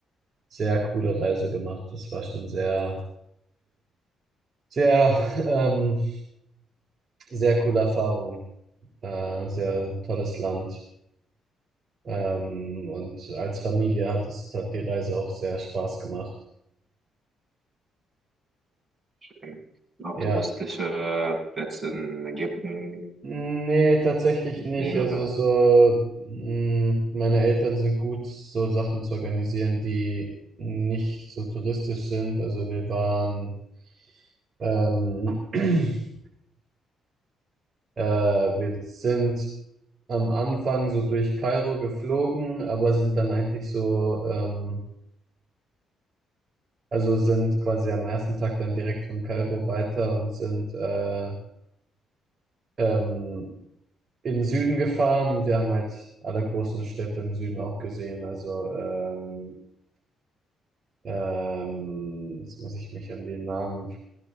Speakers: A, on the right; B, on the right.
A: sehr coole Reise gemacht. Das war schon sehr, sehr, <laughs> ähm, sehr coole Erfahrung. Äh, sehr tolles Land. Ähm, und als Familie hat es, hat die Reise auch sehr Spaß gemacht.
B: Ähm, Noch
A: Ja,
B: touristische Plätze in Ägypten
A: nee, tatsächlich nicht.
B: sehen
A: Also
B: oder?
A: so, mh, meine Eltern sind gut, so Sachen zu organisieren, die nicht so touristisch sind. Also wir waren, ähm, <clears throat> äh, wir sind am Anfang so durch Kairo geflogen, aber sind dann eigentlich so, ähm, also sind quasi am ersten Tag dann direkt von Kairo weiter und sind, äh, ähm, in den Süden gefahren und wir haben halt alle großen Städte im Süden auch gesehen. Also, ähm, ähm, jetzt muss ich mich an den Namen